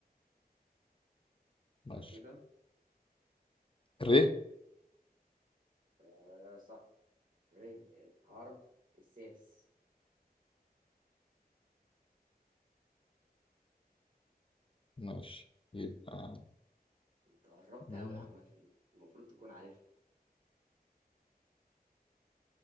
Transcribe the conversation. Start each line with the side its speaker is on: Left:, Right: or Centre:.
Left: ماشي
Right: فكر كده
Left: ر
Right: آه صح ايه الحرف السادس
Left: ماشي يبقى
Right: انت قربت
Left: نون
Right: قوي عامة المفروض تكون عارفها